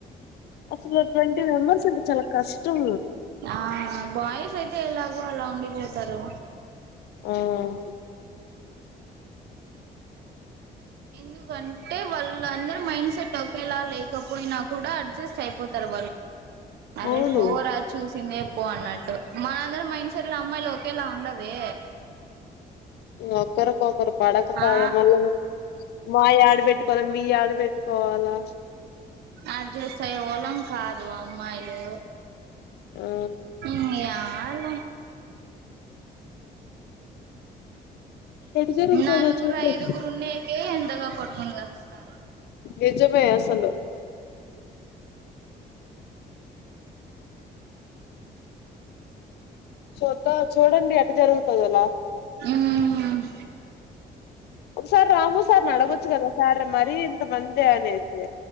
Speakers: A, on the left; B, on the right.
A: అసలు ట్వంటీ మెంబర్స్ అంటె చాలా కష్టం
B: ఆ బాయ్స్ అయితే ఎలాగో అలా ఉండిపోతారు
A: ఉమ్
B: ఎందుకంటే వాళ్ళన్దరు మైండ్ సెట్ ఒకేలా లేకపోయినా కూడ అడ్జస్ట్ అయిపోతరు. అరే
A: అవును
B: పోరా చూసిందే పో అన్నట్టు మనందరం మైండ్ సెట్ల అమ్మాయిలు ఒకేలా ఉండవే
A: ఒకరికొకరు పడకపాయే,
B: ఆ
A: మళ్ళ మాయడబెట్ పెట్టుకోవాల, మీ యాడ పెట్టుకోవాలా
B: అడ్జస్ అయ్యే వోళ్ళం కాదు అమ్మాయిలు
A: ఆ
B: ఉమ్ యాడ
A: ఎటు జరుగుతదో
B: నాలుగురు,
A: చూద్దాం
B: ఐదుగురు ఉన్నేకే యంతగా కొట్టుకొన్ జస్తున్నారు
A: నిజమే అసలు చూద్దా చూడండి ఎట్ట జరుగుతదో లాస్ట్ కు
B: ఉమ్
A: ఒకసారి రాము సార్ నడగొచ్చు గదా సార్ మరీ ఇంత మందా అనేసి